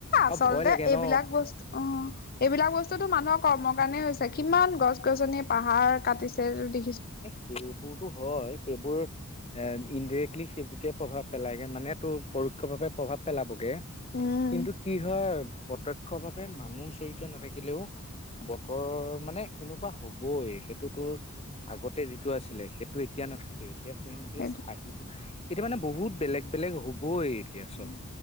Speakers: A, on the left; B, on the left.
A: আৰু
B: আচলতে
A: ভয় লাগে
B: এইবিলাক
A: ন
B: বস্তু অ', এইবিলাক বচ টো মানুহৰ কৰ্মৰ কাৰণে হৈছে। কিমান গছ-গছনি পাহাৰ কাটিছে, যদি
A: এ, সেইবোৰতো হয় সেইবোৰ এ ইনডেৰেক্টলি সেই -টোকে প্ৰভাৱ পেলায়গে মানে তোৰ পৰোক্ষ ভাৱে প্ৰভাৱ পেলাবগে,
B: উম
A: কিন্তু কি হয় প্ৰত্যক্ষ ভাৱে মানুহ জড়িত নাথাকিলেও বতৰ মানে এনেকুৱা হবই, সেইটো তোৰ আগতে যিটো আছিলে, সেইটো এতিয়া নাথাকে। এতিয়া চেঞ্জেছ
B: সেইটো
A: আহিব। এতিয়া মানে বহুত বেলেগ বেলেগ হ'বই এতিয়া চব।
B: উম